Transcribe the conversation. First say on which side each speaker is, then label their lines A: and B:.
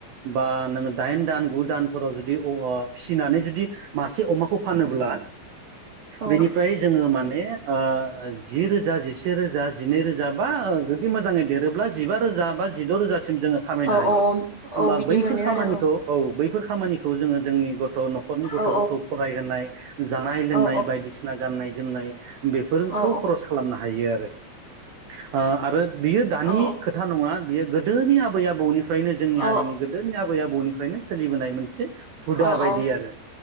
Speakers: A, on the right; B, on the right.
A: बा नोङो दाइन दान गु दानफोराव जुदि <unintelligible> फिसिनानै जुदि मासे अमाखौ फानोब्ला
B: औ
A: बेनिफ्राय जोङो माने ओ जि रोजा जिसे रोजा जिनै रोजा बा जुदि मोजाङै देरोब्ला जिबा रोजा बा जिद' रोजासिम जोङो खामायनो
B: औ
A: हायो।
B: औ
A: होमबा
B: औ बिदि
A: बैफोर
B: मोनो
A: खामानिखौ
B: आरो
A: औ बैफोर खामानिखौ जोङो जोंनि गथ' न'खरनि गथ'फोरखौ
B: औ
A: फरायहोनाय। जानाय लोंनाय
B: औ
A: बायदिसिना गाननाय जोमनाय बेफोरखौ
B: औ
A: खरस खालामनो हायो आरो ओ आरो बि दानि
B: औ
A: खोथा नङा बियो गोदोनि आबै आबौनि फ्रायनो जोंनि
B: औ
A: हारिनि गोदोनि आबै आबौनिफ्रायनो सोलिबोनाय मोनसे हुदा
B: औ
A: बायदि
B: औ
A: आरो